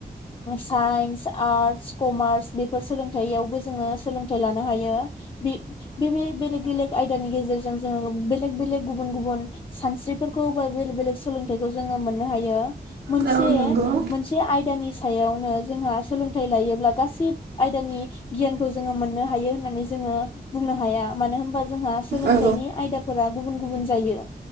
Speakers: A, on the left (about 30°); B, on the right (about 70°).
A: साइन्स आर्स कमार्स बेफोर सोलोंथायाइयावबो जोङो सोलोंथाइ लानो हायो। बे बे बेलेग बेलेग आयदानि गेजेरजों जोङो बेलेग बेलेग गुबुन गुबुन सानस्रिफोरखौ बा बेलेग बेलेग सोलोंथाइखौ जोङो मोननो हायो। मोनसे
B: नंगौ औ नंगौ
A: मोनसे आयदानि सायावनो जोंहा सोलोंथाइ लायोब्ला गासै आयदानि गियानखौ जोङो मोननो हायो होननानै जोङो बुंनो हाया मानो होनबा। जोंहा सोलोंथाइनि
B: औ
A: आयदाफोरा गुबुन गुबुन जायो।